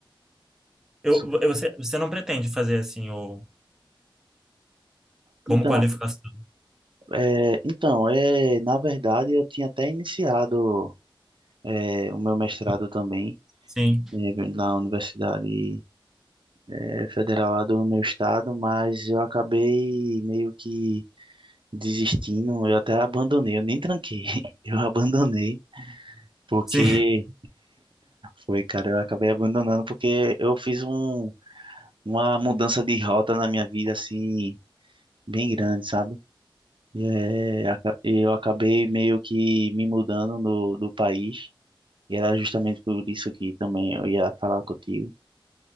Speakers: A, in the centre; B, on the right.
A: Eu,
B: su-
A: eu- você, você não pretende fazer assim, ou como
B: então,
A: qualificação?
B: é, então é, na verdade, eu tinha até iniciado é, o meu mestrado também
A: Sim.
B: é, na Universidade é, Federal lá do meu estado, mas eu acabei meio que desistindo. Eu até abandonei, eu nem tranquei, <laughs> eu abandonei porque
A: Sim.
B: foi, cara, eu acabei abandonando porque eu fiz um uma mudança de rota na minha vida, assim, bem grande, sabe? E, É, aca- eu acabei meio que me mudando do, do país, e era justamente por isso que também eu ia falar contigo.